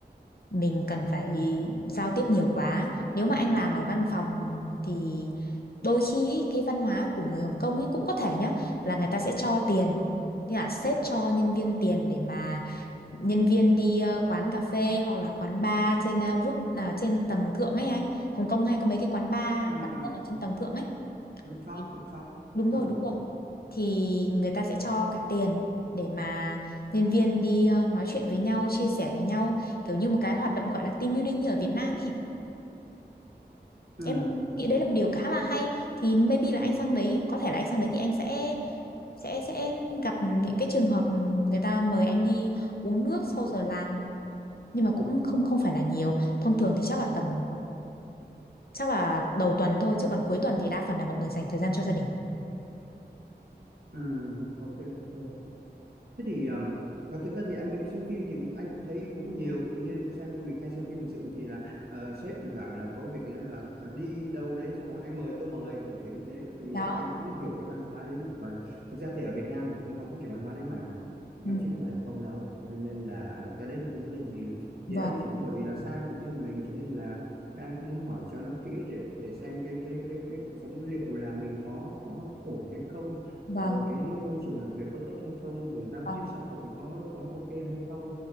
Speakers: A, on the left; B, on the right.
A: mình cần phải giao tiếp nhiều quá nếu mà anh làm ở văn phòng thì đôi khi ý, cái văn hóa của người Hồng Kông ấy cũng có thể nhá là người ta sẽ cho tiền như là sếp cho nhân viên tiền để mà nhân viên đi ờ, quán cà phê hoặc là quán bar trên ờ, roof là trên tầng thượng ấy anh Hồng Kông hay có mấy cái quán bar
B: ừ
A: quán
B: ừ
A: nước ở trên tầng thượng ấy
B: rooftop
A: thì-
B: rooftop
A: đúng rồi
B: ừ
A: đúng rồi thì người ta sẽ cho cả tiền để mà nhân viên đi ờ, nói chuyện với nhau chia sẻ với nhau kiểu như một cái hoạt động gọi là team building như ở Việt Nam ấy
B: ừ
A: em nghĩ đấy là một điều khá là hay thì maybe là anh sang đấy có thể là anh sang đấy thì anh sẽ sẽ sẽ gặp những cái trường hợp người ta mời anh đi uống nước sau giờ làm nhưng mà cũng không không phải là nhiều thông thường thì chắc là tầm chắc là đầu tuần thôi chứ còn cuối tuần thì đa phần là mọi người dành thời gian cho gia đình
B: Ừ, ok ok thế thì um, à, thực ra thì em mình xem phim thì cũng, anh cũng thấy cũng nhiều ví dụ như xem mình hay xem phim hình sự thì là ờ, sếp thỉnh thoảng là có việc là à, đi đâu đấy xong rồi anh mời tôi mời kiểu kiểu như thế thì
A: đó
B: anh cũng hiểu cái văn hóa đấy một phần thực ra thì ở Việt Nam mình cũng có cái kiểu văn hóa đấy mà
A: ừ,
B: ờ, chứ không phải là không đâu nên là cái đấy thì không vấn đề gì
A: vâng
B: thì anh chỉ muốn bởi vì là sang thì có một mình cho nên là anh cũng muốn hỏi cho nó kỹ để để xem cái cái cái cái cuộc sống liệu là mình có có ổn hay không
A: vâng
B: rồi cái môi trường làm việc có tốt hay không rồi giao
A: Vâng,
B: tiếp xã hội có có ok hay không